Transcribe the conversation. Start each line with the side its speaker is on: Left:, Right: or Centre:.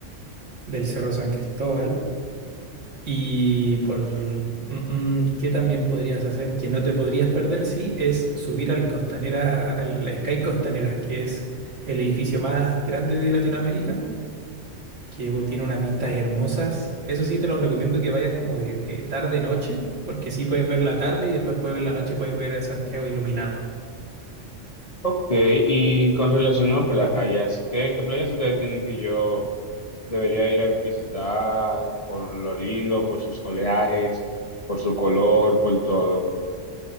Right: del Cerro San Cristóbal. Y por mm, mm, qué también podrías hacer, que no te podrías perder, sí, es subir al Costanera, al Sky Costanera, que es el edificio más grande de Latinoamérica. que tiene unas vistas hermosas. Eso sí, te lo recomiendo que vayas como de, de tarde-noche, porque sí puedes ver la tarde y después puedes ver la noche y puedes ver a Santiago iluminado.
Left: Ok, y con relación a playas, ¿qué, qué playas ustedes tienen que yo debería ir a visitar por lo lindo, por sus oleajes, por su color, por todo?